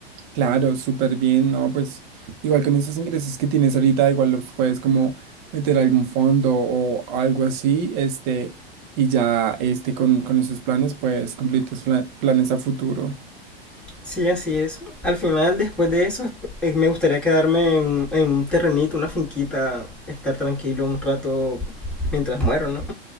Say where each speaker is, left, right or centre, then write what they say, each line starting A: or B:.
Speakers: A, on the right (about 50°); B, in the centre.
A: Claro, súper bien, ¿no? Pues igual con esos ingresos que tienes ahorita, igual los puedes como meter a algún fondo o algo así, este, y ya este, con, con esos planes, pues cumplir tus fla- planes a futuro.
B: Sí, así es. Al final, después de eso, esp- eh, me gustaría quedarme en, en un terrenito, una finquita, estar tranquilo un rato mientras muero, ¿no?